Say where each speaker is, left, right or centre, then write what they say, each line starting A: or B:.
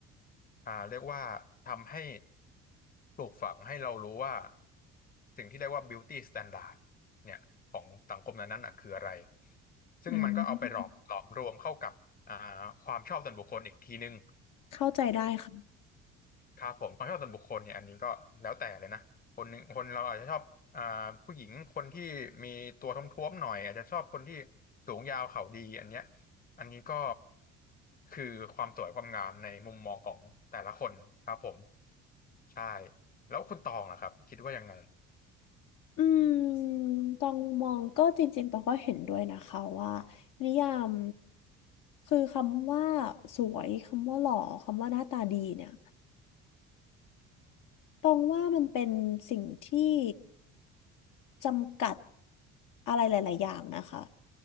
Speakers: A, on the left (about 25°); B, on the left (about 65°).
A: อ่าเรียกว่าทำให้ปลูกฝังให้เรารู้ว่าสิ่งที่เรียกว่า beauty standard เนี่ยของสังคมนั้นๆอ่ะคืออะไรซึ่งมันก็เอาไปหลอมหลอมรวมเข้ากับอ่าความชอบส่วนบุคคลอีกทีนึง
B: อืมเข้าใจได้ค่ะ
A: ครับผมความชอบส่วนบุคคลเนี่ยอันนี้ก็แล้วแต่เลยนะคนหนึ่งคนเราอาจจะชอบอ่าผู้หญิงคนที่มีตัวท้วมๆหน่อยอาจจะชอบคนที่สูงยาวเข่าดีอันเนี้ยอันนี้ก็คือความสวยความงามในมุมมองของแต่ละคนครับผมใช่แล้วคุณตองล่ะครับคิดว่ายังไง
B: อืมตองมองก็จริงๆตองก็เห็นด้วยนะคะว่านิยามคือคำว่าสวยคำว่าหล่อคำว่าหน้าตาดีเนี่ยตองว่ามันเป็นสิ่งที่จำกัดอะไรหลายๆอย่างนะคะ